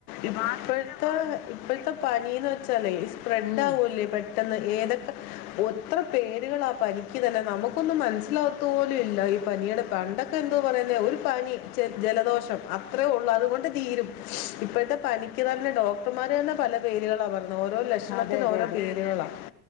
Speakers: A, on the left; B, on the left.
A: ഇപ്പോഴത്തെ ഇപ്പോഴത്തെ പനിന്ന് വെച്ചാലേ സ്പ്രെഡ്
B: ഉം
A: ആകല്ലേ പെട്ടെന്ന്. <unintelligible> പേരുകളാ പനിക്ക് തന്നെ നമുക്കൊന്നും മനസിലാകത്തോലുല്ല ഈ പനിയുടെ പണ്ടൊക്കെ എന്തോ പറയുന്നെ. ഒരു പനി ജലദോഷം അ അത്രേ ഉള്ളൂ അതുകൊണ്ട് തീരും ഇപ്പോഴത്തെ പനിക്ക് തന്നെ ഡോക്ടർമാർ തന്നെ പല പേരുകളാ പറയുന്നെ ഓരോ ലക്ഷണത്തിന്
B: അതെ അതെ
A: ഓരോ
B: അതെ
A: പേരുകളാണ്